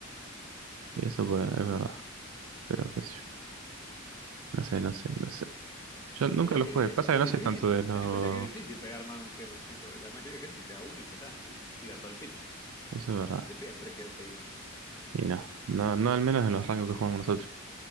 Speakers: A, on the right; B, on the left.
A: Y eso pues, es verdad, pero qué sé yo, no sé, no sé, no sé. Yo nunca
B: Mira
A: lo
B: que
A: jugué, pasa
B: es
A: que no
B: difícil,
A: soy tanto
B: pero
A: de los...
B: ten en cuenta que es difícil pegar más de un head. Tipo, la mayoría de gente pega uno y ya está, y tira todo el pecho.
A: Eso es verdad.
B: No te pegan tres heads seguidos.
A: Y no, no, no al menos en los rangos que jugamos nosotros,